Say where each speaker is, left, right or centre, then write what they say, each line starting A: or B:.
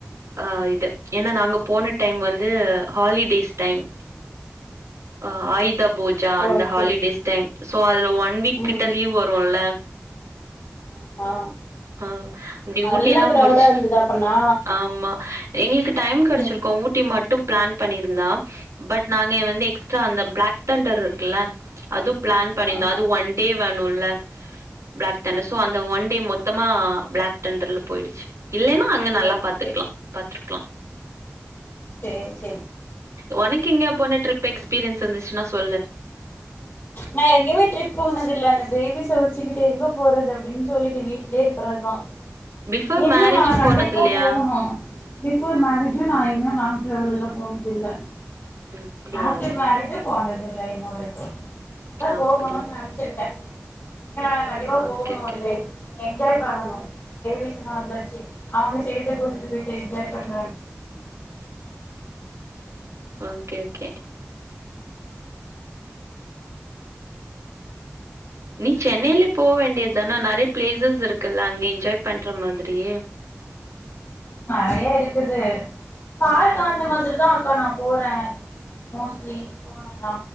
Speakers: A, on the right (about 85°); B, on the left (about 45°).
A: ஆ இது ஏன்னா நாங்க போன டைம் வந்து ஹாலிடேஸ் டைம் அ ஆயுத பூஜா அந்த
B: ஓகே
A: ஹாலிடேஸ் டைம் சோ அதுல ஒன் வீக்
B: ம்
A: ட்ட லீவ் வருல்ல
B: ஆமா
A: அ இப்டி
B: நல்ல
A: ஊட்டி எல்லாம்
B: கிரௌடா
A: முடிச்சு
B: இருந்ததா அப்பனா
A: ஆமா எங்களுக்கு டைம் கெடைச்சிருக்கு
B: ம்
A: ஊட்டி மட்டும் பிளான் பண்ணியிருந்தா பட் நாங்க வந்து எக்ஸ்ட்ரா அந்த பிளாக் தண்டர் இருக்குல்ல அதும் ப்ளான் பண்ணிருந்தோ
B: ஆமா
A: அது ஒன் டே வேணுல்ல ப்ளாக் டண்ட சோ அந்த ஒன் டே மொ த்தமா ப்ளாக் தண்டர்ல போயிடுச்சு இல்லேன்னா அங்க நல்லா
B: ஓகே
A: பாத்துக்கலா பாத்துருக்கலா
B: சேரி சேரி
A: உனக்கு எங்கயா போன ட்ரிப் எக்ஸ்பீரியன்ஸ் இருந்துச்சுன்னா சொல்லு
B: நா எங்கயுமே ட்ரிப் போனதில்ல‌ இந்த பேபிஸ வச்சுக்கிட்டு எங்க போறது அப்டினு சொல்லிட்டு வீட்லே இருக்கறதுதா
A: <inaudible>
B: இனிமே
A: மேரேஜும்
B: நாம கண்டிப்பா
A: போனது இல்லையா
B: போகணு பிஃபோர் மேரேஜு நா எங்கயு லங் டிராவல் எல்லா போனதில்ல
A: அப்டியா
B: ஆஃப்டர் மேரஜு போனதில்ல இன்ன வரைக்கு
A: அப்படியா?
B: போகணுனு நென்ச்சிருக்கே ஆ கண்டிப்பா
A: ஓகே,
B: போகணும்டே
A: ஓகே.
B: என்ஜாய் பண்ண மாட்டோ பேபிஸ்னா வந்தாச்சு அவனு சேத்து கூட்டிட்டு போயிட்டு என்ஜாய் பண்ற
A: ஓகே ஓகே
B: ஆமா
A: நீ சென்னையிலே
B: அப்றோ
A: போ வேண்டியதானா
B: என்ன
A: நெறைய ப்ளேசஸ் இருக்குல்ல அங்க என்ஜாய் பண்ற மாதிரியே
B: நறையா இருக்குது கால காரணமா வெச்சுட்டு தா அக்கா நா போறே மோஸ்ட்லி போன எடோ